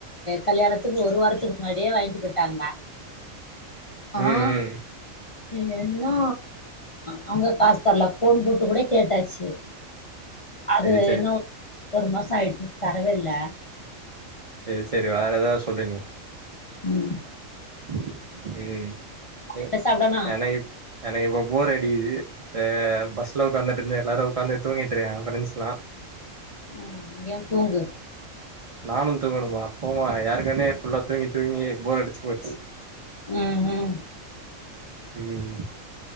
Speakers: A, on the left; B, on the right.
A: கல்யாணத்துக்கு ஒரு வாரத்துக்கு முன்னாடியே வாங்கிட்டு பொயிட்டாங்க
B: ம்
A: ஆஹ்
B: ம்
A: ஈங்க இன்னு அவங்க காசு தர்ல ஃபோன் போட்டு கூட கேட்டாச்சு அது
B: சரி சரி
A: என்னோவ் ஒரு மாசொ ஆயிட்டு தரவே இல்ல
B: சரி சரி வேற எதாவது சொல்றீங்களா
A: உம்
B: உம் எ
A: என்ன சாப்டனு
B: எனக் எனக்கு இப்ப போரடிக்குது த பஸ்ல உக்காந்துட்டு இருந்து எல்லாரு உக்காந்து தூங்கிட்டிருக்காங்க ஃப்ரெண்ட்ஸ்லா
A: உம் ஏன் தூங்கு
B: நானு தூங்கணுமா போமா ஏற்கனவே ஃபுல்லா தூங்கி தூங்கி போர் அடிச் போச்சு
A: உம் உம்
B: உம்